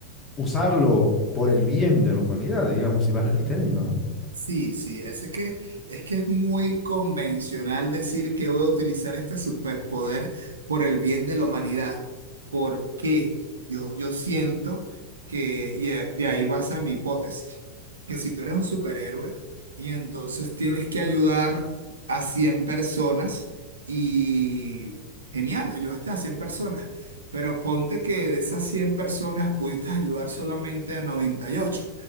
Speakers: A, on the left; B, on the right.
A: usarlo por el bien de la humanidad, digamos, si vale el término, ¿no?
B: Sí, sí, es que, es que es muy convencional decir que voy a utilizar este superpoder por el bien de la humanidad, porque yo, yo siento que, y eh, de ahí basa mi hipótesis, que si tú eres un superhéroe y entonces tienes que ayudar a 100 personas y genial, ayudaste a 100 personas, pero ponte que de esas 100 personas pudiste ayudar solamente a noventa y ocho